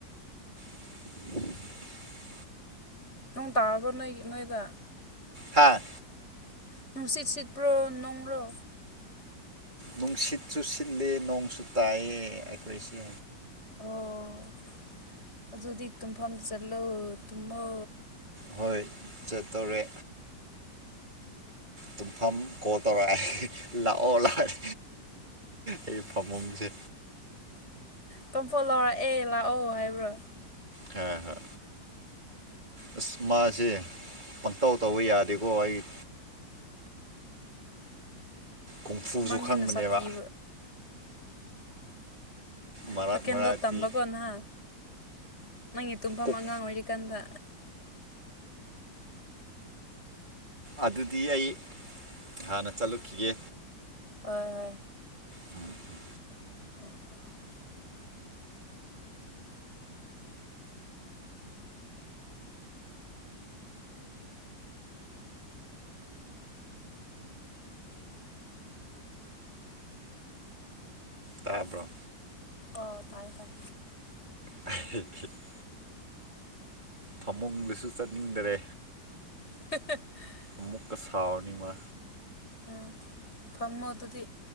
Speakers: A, on the right (about 25°); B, on the left (about 35°).
A: <inaudible>
B: ꯅꯣꯡ ꯇꯥꯔꯕ꯭ꯔꯣ ꯅꯣꯏꯒꯤ ꯅꯣꯏꯗ
A: ꯍꯥꯥ
B: ꯅꯨꯡꯁꯤꯠ ꯁꯤꯠꯄ꯭ꯔꯣ ꯅꯣꯡꯔꯣ
A: ꯅꯨꯡꯁꯤꯠꯁꯨ ꯁꯤꯠꯂꯦ ꯅꯣꯡꯁꯨ ꯇꯥꯏꯑꯦ ꯑꯩꯈꯣꯏꯁꯦ
B: ꯑꯣ ꯑꯗꯨꯗꯤ ꯇꯨꯝꯐꯝꯗ ꯆꯠꯂꯣ ꯇꯨꯝꯃꯣ
A: ꯍꯣꯏ ꯆꯠꯇꯧꯔꯦ ꯇꯨꯝꯐꯝ ꯀꯣꯜ ꯇꯧꯔꯛꯌꯦ ꯂꯥꯛꯑꯣ ꯂꯥꯛꯑꯦ ꯑꯩ ꯐꯃꯨꯡꯁꯦ
B: ꯀꯝꯄꯣꯔ ꯂꯧꯔꯛꯑꯦ ꯂꯥꯛꯑꯣ ꯍꯥꯏꯕ꯭ꯔꯣ
A: ꯍꯣꯏ ꯍꯣꯏ ꯑꯁ ꯃꯥꯁꯦ ꯄꯪꯇꯧ ꯇꯧꯕ ꯌꯥꯗꯦꯀꯣ ꯑꯩ ꯀꯨꯡꯐꯨꯁꯨ
B: ꯃꯪ
A: ꯈꯪꯕꯅꯦꯕ
B: ꯍꯦꯟꯅ ꯁꯥꯊꯤꯑꯦꯕ
A: ꯃꯔꯛ
B: ꯁꯥꯏꯀꯜꯗꯣ
A: ꯃꯔꯛꯇꯤ
B: ꯇꯝꯕꯀꯣ ꯅꯍꯥꯟ ꯅꯪꯒꯤ ꯇꯨꯝꯐꯝ
A: ꯀꯣꯛ
B: ꯑꯉꯥꯡ ꯑꯣꯏꯔꯤꯀꯥꯟꯗ
A: ꯑꯗꯨꯗꯤ ꯑꯩ ꯍꯥꯟꯅ ꯆꯠꯂꯨꯈꯤꯒꯦ
B: ꯍꯣꯏ ꯍꯣꯏ
A: ꯎꯝ ꯎꯝ
B: ꯑꯥ
A: ꯇꯥꯕ꯭ꯔꯣ
B: ꯑꯣ ꯇꯥꯏ ꯇꯥꯏ
A: <inaudible> ꯐꯃꯨꯡꯗꯁꯨ ꯆꯠꯅꯤꯡꯗ꯭ꯔꯦ
B: <inaudible>
A: ꯑꯃꯨꯛꯀ ꯁꯥꯎꯔꯅꯤ ꯃꯥ
B: ꯎꯝ ꯐꯝꯃꯣ ꯑꯗꯨꯗꯤ